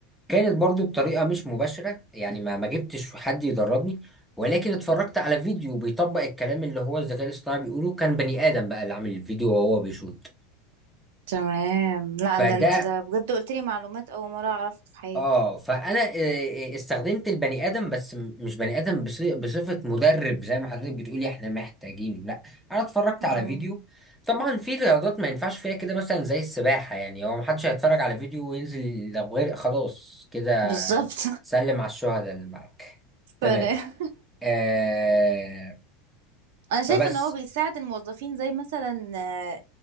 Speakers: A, in the centre; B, on the right.
A: كانت برضو بطريقة مش مباشرة يعني ما ما جبتش حد يدربني ولكن اتفرجت على فيديو بيطبق الكلام اللي هو الذكاء الاصطناعي بيقوله كان بني آدم بقى اللي عامل الفيديو وهو بيشوت
B: تمام لا
A: فده
B: ده انت ده بجد قلت لي معلومات اول مرة اعرفها في حياتي
A: اه فانا آه، آه، استخدمت البني ادم بس م- مش بني ادم بص- بصفه مدرب زي ما حضرتك بتقولي احنا محتاجين لا انا اتفرجت
B: مم.
A: على فيديو طبعا في رياضات ما ينفعش فيها كده مثلا زي السباحه يعني هو محدش هيتفرج على فيديو وينزل لو غرق خلاص كده
B: بالظبط
A: سلم على الشهداء اللي معاك تمام
B: <laughs>
A: آه
B: انا شايف
A: فبس
B: ان هو بيساعد الموظفين زي مثلا آه،